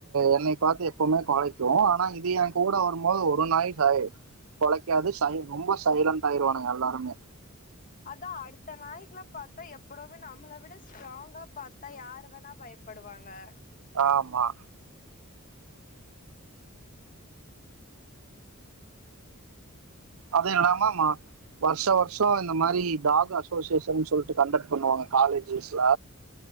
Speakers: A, on the right; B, on the left.
A: என்னை பாத்து எப்பவுமே குலைக்கும் ஆனா இது என் கூட வரும்போது ஒரு நாய் <unintelligible> கொலைக்காது சை ரொம்ப சைலன்ட் ஆயிருவானங்க எல்லாருமே
B: அதா அடுத்த நாயக்குல பாத்தா எப்படுமே நம்மள விட ஸ்ட்ராங்கா பாத்தா யாரு வேணா பயப்படு வாங்க
A: ஆமா அது இல்லாமா ம வர்ஷொ வர்ஷொ இந்த மாரி டாக் அசோசியேஷன் சொல்லிட்டு கண்டக்ட் பண்ணுவாங்க காலேஜஸ்ல